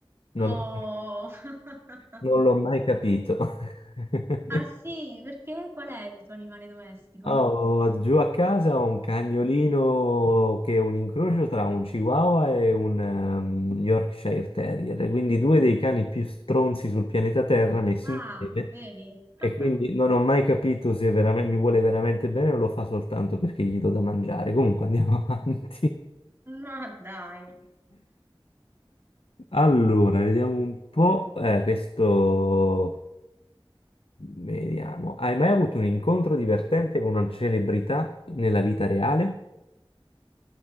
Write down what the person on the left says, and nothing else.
Non
l'ho
non l'ho mai capito. <laughs>
Ah, Ho giù a casa ho un cagnolino che è un incrocio tra un Chihuahua e un ehm, Yorkshire Terrier, quindi due dei cani più stronzi sul pianeta Terra messi
insieme.
E
quindi non ho mai capito se veramente, mi vuole veramente bene o lo fa soltanto perché gli do da mangiare. Comunque andiamo <laughs> avanti.
Allora, vediamo un po'. Eh, questo. Vediamo. Hai mai avuto un incontro divertente con una celebrità nella vita reale?